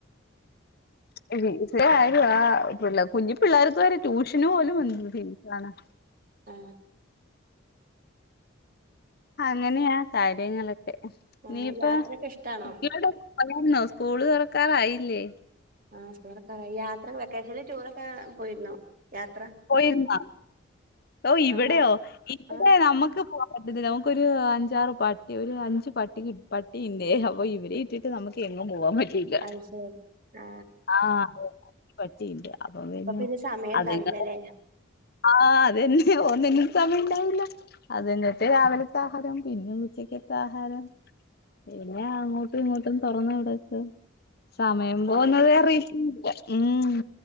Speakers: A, on the left (about 50°); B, on the right (about 45°).
A: ഫീസ് ആയി ആഹ് പി കുഞ്ഞി പിള്ളേർക്ക് വരെ ട്യൂഷന് പോലും <unintelligible> ഫീസണ്
B: ആ
A: അങ്ങനെയാ കാര്യങ്ങളൊക്കെ
B: ആ
A: നീയിപ്പൊ
B: യാത്രയൊക്കെ ഇഷ്ടാണോ
A: ഇവിടെ പോയാർന്നോ സ്കൂള് തൊറക്കാറായില്ലേ
B: ആഹ് സ്കൂളൊറോക്കാറായി യാത്ര വെക്കേഷനിൽ ടൂറൊക്കെ പോയിരുന്നോ, യാത്ര
A: പോയിരുന്നാ? ഓഹ് ഇവിടെയോ,
B: ആണോ
A: ഇവിടെ
B: ആ
A: നമ്മക്ക് പോകാ പറ്റത്തില്ല. നമുക്കൊരു അഞ്ചാറ് പട്ടി, ഒരു അഞ്ച് പട്ടി, പട്ടിയുണ്ടേ. അപ്പൊ ഇവരെ ഇട്ടിട്ട് നമുക്ക് എങ്ങും പോവാൻ പറ്റിയില്ല.
B: അത് ശരി ആ
A: ആഹ് പറ്റിയില്ല അപ്പ പിന്നെ
B: അപ്പൊ സമയം
A: അതങ്ങനെ
B: ഉണ്ടാവില്ലല്ലേ
A: ആഹ് അതെന്നെ, ഒന്നിനും സമയം ഉണ്ടാവൂല അതന്നെ ന്നട്ട് രാവിൽത്തെ ആഹാരം, പിന്നെ ഉച്ചക്കെത്തെ ആഹാരം. പിന്നെ അങ്ങോട്ടും ഇങ്ങോട്ടും, തൊറന്ന് കെടെക്ക സമയം പോവുന്നത്
B: ആഹ്
A: അറിയില്ല. ഉം